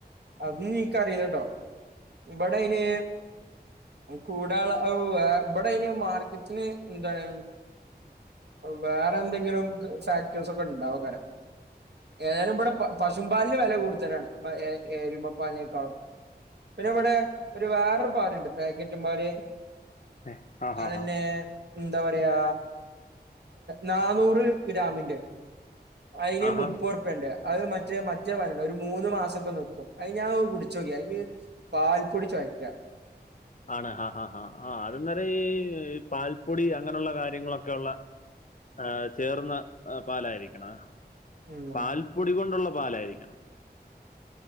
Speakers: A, on the right; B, on the left.
A: അത് എനിക്കറിയില്ലാട്ടോ ഇബടയിന് കൂടാള്ള അവു ഇവിടെ അന് മാർക്കറ്റിന് എന്താണ് വേറെ എന്തെങ്കിലും ഫാക്ടേഴസ് ഒക്കെ ഉണ്ടാവോക്കാരം. ഏതായാലും ഇബടെ പശും പാലിന് വെല കൂടുതലാണ് എരുമപ്പാലിനേക്കാളും. പിന്നെ ഇവിടെ ഒരു വേറൊരു പാലുണ്ട് പാക്കറ്റും പാല്
B: ഏ, ആ ഹാ
A: അതന്നെ
B: ഹാ
A: എന്താ പറയാ നാന്നൂറ് ഗ്രാമിന്റെ അയിന്
B: ആഹാ
A: മുപ്പത് റുപ്യണ്ട് അത് മറ്റേ സത്യയപറയണെഒരു മൂന്ന് മാസക്കെ നിക്കും അത് ഞാൻ കുടിച്ചോക്കിയാ അതില് പാൽപ്പൊടി ചുയ്ക്ക.
B: ആണ് ആഹ് ആഹ് ആഹ് അതന്നേരം ഈ പാൽപ്പൊടി അങ്ങനെയുള്ള കാര്യങ്ങളൊക്കെ ഉള്ള ആഹ് ചേർന്ന പാലായിരിക്കണം
A: ഉം
B: പാൽപ്പൊടി കൊണ്ടുള്ള പാലായിരിക്കണം.